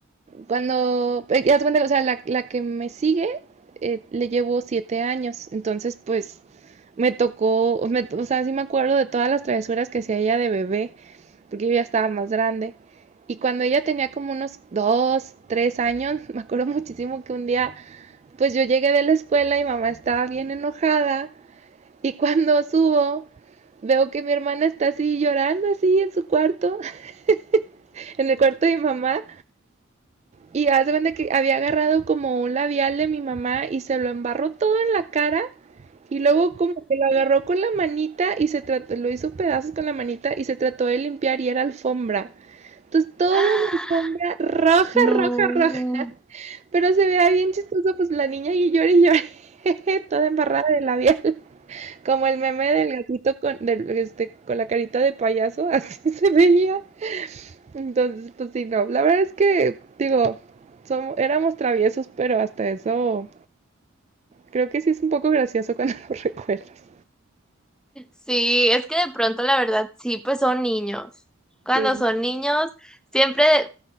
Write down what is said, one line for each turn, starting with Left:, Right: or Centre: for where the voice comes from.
Right: cuando, eh, ya te cuenta, o sea, la, la que me sigue eh, le llevo siete años, entonces pues me tocó, me, o sea, sí me acuerdo de todas las travesuras que hacía ella de bebé, porque yo ya estaba más grande. Y cuando ella tenía como unos dos, tres años, <laughs> me acuerdo muchísimo que un día Pues yo llegué de la escuela y mamá estaba bien enojada y cuando <laughs> subo veo que mi hermana está así llorando así en su cuarto, <laughs> en el cuarto de mi mamá y hace cuenta que había agarrado como un labial de mi mamá y se lo embarró todo en la cara y luego como que lo agarró con la manita y se trató, lo hizo pedazos con la manita y se trató de limpiar y era alfombra. Entonces toda
Centre: <gasps>
Right: la alfombra roja,
Centre: No.
Right: roja, roja. Pero se veía bien chistoso, pues la niña y lloré y lloré, <laughs> toda embarrada de labial, como el meme del gatito con, del, este, con la carita de payaso, <laughs> así se veía. Entonces, pues sí, no, la verdad es que, digo, som- éramos traviesos, pero hasta eso creo que sí es un poco gracioso cuando <laughs> lo recuerdas.
Centre: Sí, es que de pronto la verdad sí, pues son niños. Cuando
Right: Sí,
Centre: son niños, siempre